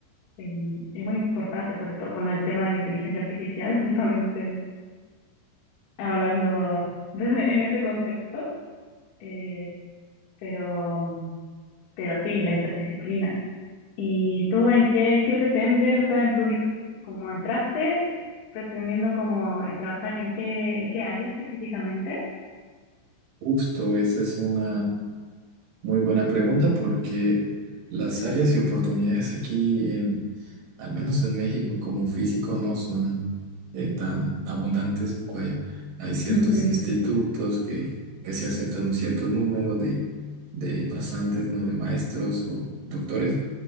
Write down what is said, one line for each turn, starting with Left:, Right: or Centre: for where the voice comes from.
Left: eh, es muy importante, sobre todo con lo del tema de la inteligencia artificial, <laughs> justamente hablando desde- en ese contexto, eh, pero, pero sí, la interdisciplina. ¿Y tú en qué, qué pretendes? O sea, en tu, di- como entraste pretendiendo como eh, trabajar en qué, en qué área específicamente?
Right: Justo, esa es una Muy buena pregunta porque las áreas y oportunidades aquí, en, al menos en México como físico, no son eh, tan abundantes. Vaya, hay ciertos
Left: Mm, en-
Right: institutos que, que se aceptan un cierto número de, de pasantes, ¿no? De maestros o doctores